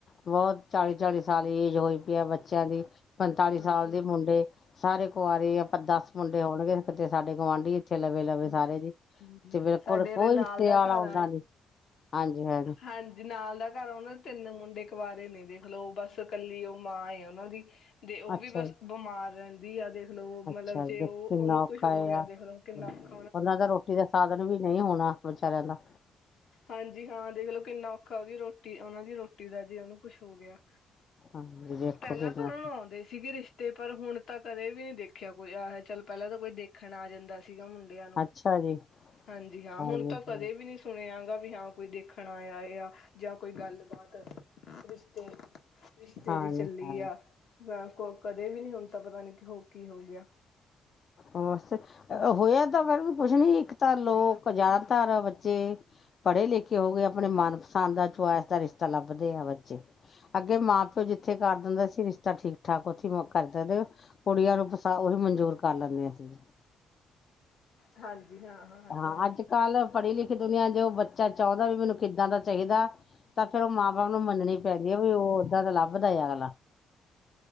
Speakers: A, on the left; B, on the left.
A: ਬਹੁਤ ਚਾਲੀ ਚਾਲੀ ਸਾਲ ਏਜ ਹੋਈ ਪਈ ਹੈ ਬੱਚਿਆਂ ਦੀ। ਪੰਤਾਲੀ ਸਾਲ
B: ਹਾਂਜੀ
A: ਦੇ ਮੁੰਡੇ ਸਾਰੇ ਕੁਆਰੇ ਆਪਾਂ ਦੱਸ ਮੁੰਡੇ ਹੋਣਗੇ ਕਿਤੇ ਸਾਡੇ ਗੁਆਂਢੀ ਇੱਛੇ ਲਵੇ ਲਵੇ
B: ਹਾਂਜੀ।
A: ਸਾਰੇ ਜੀ ਤੇ
B: ਸਾਡੇ
A: ਹੋਰ
B: ਇਹਦੇ
A: ਕੋਈ
B: ਨਾਲ
A: ਸਿਆਲ
B: ਦਾ ਘਰ
A: ਆਦਾ
B: ਆ
A: ਨੀ ਹਾਂਜੀ ਹਾਂਜੀ।
B: ਹਾਂਜੀ ਨਾਲ ਦਾ ਘਰ ਉਹਨਾਂ ਦੇ ਤਿੰਨ ਮੁੰਡੇ ਕੁਆਰੇ ਨੇ ਦੇਖ ਲਓ ਬਸ ਕੱਲੀ ਉਹ ਮਾਂ ਉਹਨਾਂ ਦੀ ਤੇ ਉਹ
A: ਅੱਛਾ
B: ਵੀ ਬਸ
A: ਜੀ
B: ਬਿਮਾਰ ਰਹਿੰਦੀ ਆ ਤੇ ਦੇਖਲਓ
A: ਅੱਛਾ
B: ਮਤਲਬ
A: ਜੀ
B: ਜੇ
A: ਦੇਖੋ
B: ਉਹ
A: ਕਿੰਨਾ
B: ਉਹਨੂੰ
A: ਔਖਾ
B: ਕੁੱਛ ਹੋ
A: ਇਹ
B: ਗਿਆ
A: ਆ
B: ਦੇਖਲਓ ਕਿੰਨਾ ਕੁ
A: ਉਹਨਾਂ ਦਾ ਰੋਟੀ ਦਾ ਸਾਧਨ ਵੀ ਨਹੀਂ ਹੋਣਾ ਵਿਚਾਰਿਆਂ ਦਾ।
B: ਹਾਂਜੀ ਹਾਂ, ਦੇਖਲਓ ਕਿੰਨਾ ਔਖਾ ਉਹਦੀ ਰੋਟੀ ਉਹਨਾ ਦੀ ਰੋਟੀ ਦਾ ਜੇ ਉਹਨੂੰ ਕੁਛ ਹੋ ਗਿਆ।
A: ਹਾਂਜੀ ਦੇਖੋ
B: ਪਹਿਲਾਂ
A: ਕਿੰਨਾ
B: ਤਾਂ ਉਹਨਾ ਨੂੰ ਆਉਂਦੇ ਸੀਗੇ ਰਿਸ਼ਤੇ। ਤੇ ਪਰ ਹੁਣ ਤਾਂ ਕਦੇ ਵੀ ਨੀ ਦੇਖਿਆ, ਕੋਈ ਆ ਚੱਲ ਪਹਿਲਾਂ ਤਾਂ ਕੋਈ ਦੇਖਣ ਆ ਜਾਂਦਾ ਸੀਗਾ ਮੁੰਡਾ। ਨੂੰ
A: ਅੱਛਾ ਜੀ
B: ਹਾਂਜੀ, ਹਾਂ
A: ਹਾਂਜੀ
B: ਹੁਣ ਤਾਂ ਕਦੇ
A: ਹਾਂ
B: ਵੀ ਨੀ ਸੁਣਿਆ ਗਾ, ਵੀ ਹਾਂ ਕੋਈ ਦੇਖਣ ਆਇਆ ਆ ਜਾਂ ਕੋਈ ਗੱਲਬਾਤ ਰਿਸ਼ਤੇ ਰਿਸ਼ਤੇ
A: ਹਾਂਜੀ
B: ਦੀ ਚੱਲੀ
A: ਹਾਂ
B: ਆ ਨਾ ਕੋ ਕਦੇ ਵੀ ਨਹੀਂ ਹੁਣ ਤਾਂ ਪਤਾ ਨੀ ਕਿ ਹੋ ਕੀ ਹੋ ਗਿਆ।
A: ਬ ਹੋਇਆ ਤਾਂ ਮੈਨ ਪੁੱਛਣੀ ਇੱਕ ਤਾਂ ਲੋਕ ਜਾਣ ਧਾਰ ਬੱਚੇ ਪੜ੍ਹੇ ਲਿਖੇ ਹੋ ਗਏ, ਆਪਣੇ ਮਨਪਸੰਦ ਦਾ ਚੁਆਇਸ ਦਾ ਰਿਸ਼ਤਾ ਲੱਭਦੇ ਆ ਬੱਚੇ। ਅੱਗੇ ਮਾਂ ਪਿਓ ਜਿੱਥੇ ਕਰ ਦਿੰਦਾ ਸੀ, ਰਿਸ਼ਤਾ ਠੀਕ ਠਾਕ ਉੱਥੇ ਕਰ ਸਕਦੇਓ ਕੁੜੀਆਂ ਨੂੰ ਪੈਸਾ ਉਹੀ ਮਨਜੂਰ ਕਰ ਲੈਂਦੇ ਸੀਂ।
B: ਹਾਂਜੀ ਹਾਂ ਇਹ
A: ਹਾਂ
B: ਤਾਂ ਹੈ
A: ਅੱਜ-ਕੱਲ ਪੜ੍ਹੀ ਲਿਖੀ ਦੁਨੀਆਂ ਜੋ ਬੱਚਾ ਚਾਹੁੰਦਾ, ਵੀ ਮੈਨੂੰ ਕਿੱਦਾਂ ਦਾ ਚਾਹੀਦਾ ਤਾਂ ਫੇਰ ਉਹ ਮਾਂ ਨੂੰ ਮੰਨਣੀ ਪੈਂਦੀ ਹੈ, ਵੀ ਉਹ ਓਦਾਂ ਤਾਂ ਲੱਭਦਾਏ ਅਗਲਾ।